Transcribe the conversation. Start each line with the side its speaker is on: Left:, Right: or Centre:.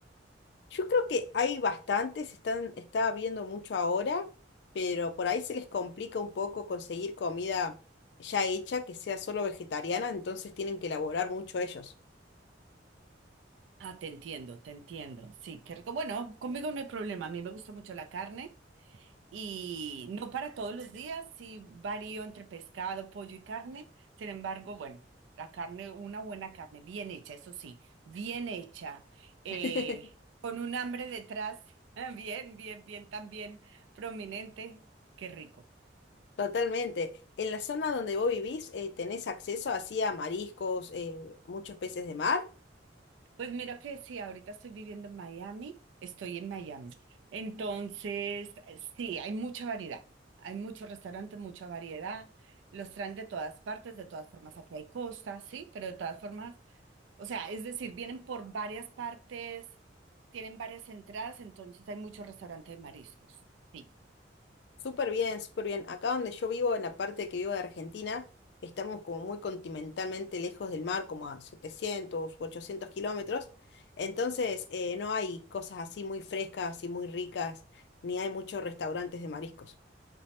Left: <laughs> Yo creo que hay bastantes, están, está viendo mucho ahora, pero por ahí se les complica un poco conseguir comida ya hecha que sea solo vegetariana, entonces tienen que elaborar mucho ellos.
Right: Ah, te entiendo, te entiendo. Sí, qué rico. Bueno, conmigo no hay problema. A mí me gusta mucho la carne. Y no para todos los días, sí varío entre pescado, pollo y carne. Sin embargo, bueno, la carne, una buena carne, bien hecha, eso sí, bien hecha, eh,
Left: <laughs>
Right: con un hambre detrás, <laughs> bien, bien, bien, también prominente, qué rico.
Left: Totalmente. En la zona donde vos vivís, eh, tenés acceso así a mariscos, eh, muchos peces de mar.
Right: Pues mira que sí, ahorita estoy viviendo en Miami, estoy en Miami. Entonces, sí, hay mucha variedad, hay muchos restaurantes, mucha variedad. Los traen de todas partes, de todas formas, aquí hay costa, sí, pero de todas formas. O sea, es decir, vienen por varias partes, tienen varias entradas, entonces hay muchos restaurantes de mariscos. Sí.
Left: Súper bien, súper bien. Acá donde yo vivo, en la parte que vivo de Argentina, estamos como muy continentalmente lejos del mar, como a 700, u 800 kilómetros. Entonces, eh, no hay cosas así muy frescas y muy ricas, ni hay muchos restaurantes de mariscos.